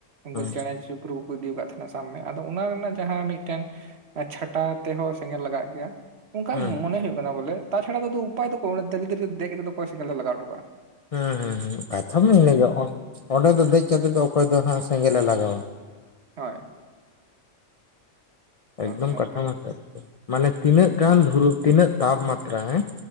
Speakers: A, on the right; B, on the left.
A: ᱩᱱᱠᱩ
B: ᱦᱩᱸ
A: ᱪᱮᱬᱮ ᱪᱩᱯᱨᱩ ᱠᱚᱠᱚ ᱤᱫᱤᱣ ᱠᱟᱫ ᱛᱟᱦᱮᱸᱱᱟ ᱥᱟᱵᱽ ᱢᱮ ᱟᱫᱚ ᱚᱱᱟ ᱨᱮᱱᱟᱜ ᱡᱟᱦᱟᱸ ᱢᱤᱫᱴᱮᱱ ᱪᱷᱟᱴᱟᱣ ᱛᱮᱦᱚᱸ ᱥᱮᱸᱜᱮᱞ ᱞᱟᱜᱟᱜ ᱜᱮᱭᱟ᱾ ᱚᱝᱠᱟᱭ
B: ᱦᱩᱸ
A: ᱢᱚᱱᱮ ᱦᱩᱭᱩᱜ ᱠᱟᱱᱟ ᱵᱚᱞᱮ ᱛᱟᱪᱷᱟᱲᱟ ᱫᱚ ᱩᱯᱟᱭ ᱫᱚᱠᱚ ᱱᱚᱰᱮ ᱛᱟᱞᱮ ᱫᱟᱨᱤ ᱨᱮ ᱫᱮᱡ ᱠᱟᱛᱮᱫ ᱫᱚ ᱚᱠᱚᱭ ᱥᱮᱸᱜᱮᱞ ᱫᱚᱭ ᱞᱟᱜᱟᱣ ᱚᱴᱚ ᱠᱟᱜ-ᱟ᱾
B: ᱦᱩᱸ ᱦᱩᱸ ᱦᱩᱸ ᱠᱟᱛᱷᱟ ᱢᱟ ᱤᱱᱟᱹ ᱜᱮ ᱚᱸᱰᱮ ᱫᱚ ᱫᱮᱡᱽ ᱠᱟᱛᱮᱫ ᱫᱚ ᱚᱠᱚᱭ ᱫᱚ ᱱᱟᱦᱟᱜ ᱥᱮᱸᱜᱮᱞᱮ ᱞᱟᱜᱟᱣᱟ᱾
A: ᱦᱚᱭ
B: ᱮᱠᱫᱚᱢ
A: ᱟᱨᱠᱤ ᱱᱚᱝᱠᱟ
B: ᱠᱟᱛᱷᱟ ᱢᱟ ᱥᱟᱹᱨᱤ ᱜᱮ ᱢᱟᱱᱮ ᱛᱤᱱᱟᱹᱜ ᱜᱟᱱ ᱫᱷᱩᱨᱩ ᱛᱤᱱᱟᱹᱜ ᱛᱟᱯᱢᱟᱛᱛᱨᱟ ᱦᱮᱸ,